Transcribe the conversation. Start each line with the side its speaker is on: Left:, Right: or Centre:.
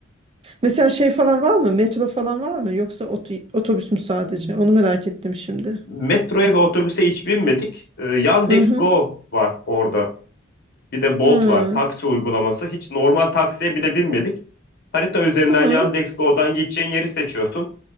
Right: Mesela şey falan var mı? Metro falan var mı? Yoksa ot- otobüs mü sadece? Onu merak ettim şimdi.
Left: Metroya ve otobüse hiç binmedik. E, Yandex
Right: Hı hı.
Left: Go var orada. Bir de Bolt
Right: Hı.
Left: var. Taksi uygulaması. Hiç normal taksiye bile binmedik. Harita üzerinden
Right: Hı.
Left: Yandex Go'dan gideceğin yeri seçiyorsun.